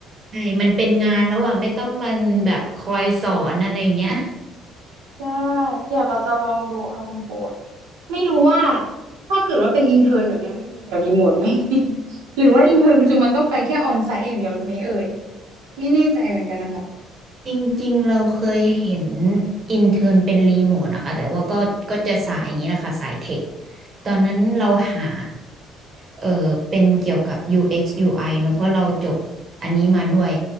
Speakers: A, on the right; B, on the right.
A: ใช่มันเป็นงานแล้วอ่ะไม่ต้องมันแบบคอยสอนอะไรอย่างเงี้ย
B: ใช่เดี๋ยวเราจะลองดูค่ะคุณโปรดไม่รู้ว่าถ้าเกิดว่าเป็นอินเทอร์นแบบเนี้ยมันมีแบบรีโมทไหม <laughs> หรือว่าอินเทอร์นคือมันต้องไปแค่ออนไซต์อย่างเดียวไหมเอ่ยไม่แน่ใจเหมือนกันนะคะ
A: จริงๆ เราเคยเห็นอินเทอร์นเป็นรีโมทนะคะแต่ว่าก็ก็จะสายอย่างนี้แหละค่ะสายเทคตอนนั้นเราหาเออเป็นเกี่ยวกับ UX UI เอ็กซ์ยูไอเนอะเพราะเราจบอันนี้มาด้วย